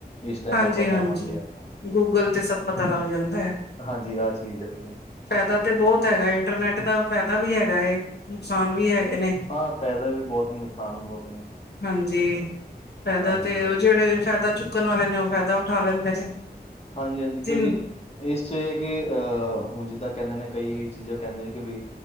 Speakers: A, on the left (about 40°); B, on the left (about 80°).
A: ਇਸ ਟਾਈਮ
B: ਹਾਂਜੀ
A: ਆਪਾਂ ਜਾਵਾਂਗੇ
B: ਹਾਂਜੀ
A: ਆਪਾਂ।
B: ਗੂਗਲ ਤੇ ਸਭ ਪਤਾ ਲੱਗ ਜਾਂਦਾ ਆ।
A: ਹਾਂਜੀ ਆਹ ਚੀਜ਼ ਹੈਗੀ।
B: ਫਾਇਦਾ ਤੇ ਬਹੁਤ ਹੈਗਾ ਇੰਟਰਨੈਟ ਦਾ, ਫਾਇਦਾ ਵੀ ਹੈਗਾ ਨੁਕਸਾਨ ਵੀ ਹੈਗੇ ਨੇ।
A: ਹਾਂ ਫਾਇਦਾ ਵੀ ਬਹੁਤ ਨੇ ਨੁਕਸਾਨ ਵੀ ਬਹੁਤ ਨੇ।
B: ਹਾਂਜੀ ਫਾਇਦਾ
A: ਹਾਂਜੀ
B: ਤੇ ਉਹ ਜਿ, ਜਿੜੇ ਫਾਇਦਾ ਚੁੱਕਣ ਵਾਲੇ ਨੇ ਉਹ ਫਾਇਦਾ ਉਠਾ ਲੈਂਦੇ ਨੇ।
A: ਹਾਂਜੀ ਹਾਂਜੀ ਕਿਉਂਕਿ
B: ਜਿਨ
A: ਇਸ ਚ ਇਹ ਕਿ ਅਹ ਹੁਣ ਜਿੱਦਾਂ ਕਹਿੰਦੇ ਨੇ ਕਈ ਚੀਜ਼ਾਂ ਕਹਿੰਦੇ ਨੇ ਕਿ ਬਈ